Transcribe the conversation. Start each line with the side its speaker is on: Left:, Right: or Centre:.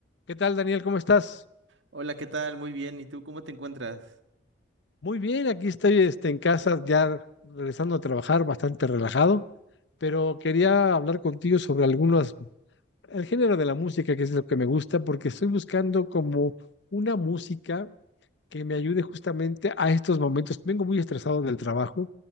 Left: ¿Qué tal, Daniel? ¿Cómo estás?
Right: Hola, ¿qué tal? Muy bien. ¿Y tú cómo te encuentras?
Left: Muy bien, aquí estoy este, en casa ya regresando a trabajar bastante relajado, pero quería hablar contigo sobre algunos, el género de la música, que es lo que me gusta, porque estoy buscando como una música que me ayude justamente a estos momentos. Vengo muy estresado del trabajo,